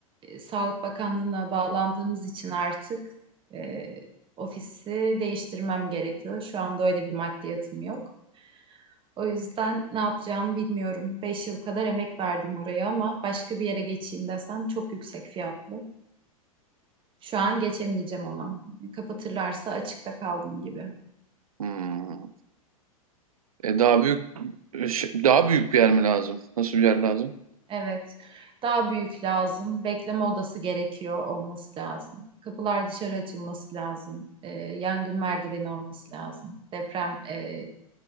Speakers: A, on the right (about 25°); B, on the right (about 75°).
A: Sağlık Bakanlığı'na bağlandığımız için artık e, ofisi değiştirmem gerekiyor. Şu anda öyle bir maddiyatım yok. O yüzden ne yapacağımı bilmiyorum. Beş yıl kadar emek verdim oraya ama başka bir yere geçeyim desem çok yüksek fiyatlı. Şu an geçemeyeceğim ona. Kapatırlarsa açıkta kaldım gibi.
B: Hmm. E daha büyük şey- daha büyük bir yer mi lazım? Nasıl bir yer lazım?
A: Evet. Daha büyük lazım. Bekleme odası gerekiyor olması lazım. Kapılar dışarı açılması lazım. Ee, yangın merdiveni olması lazım. Deprem e,